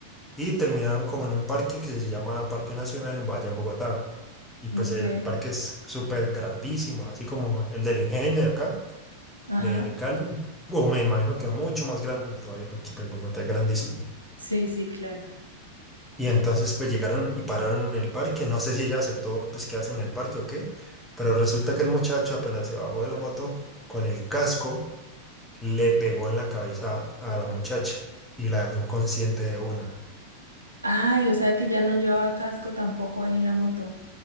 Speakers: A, in the centre; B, on the right (about 80°).
A: y terminaron como en un parque que se llama Parque Nacional en, allá en Bogotá. Y
B: Ok,
A: pues el parque es súper grandísimo, así como el del Ingenio de acá
B: ajá.
A: de, de Cali, o me imagino que mucho más grande todavía, porque pues, Bogotá es grandísimo.
B: Sí, sí, claro.
A: Y entonces pues llegaron y pararon en el parque, no sé si ella aceptó pues quedarse en el parque o qué, pero resulta que el muchacho apenas se bajó de la moto, con el casco le pegó en la cabeza a la muchacha y la dejó inconsciente de una.
B: Ay, o sea que ya no llevaba casco tampoco ahí en la moto.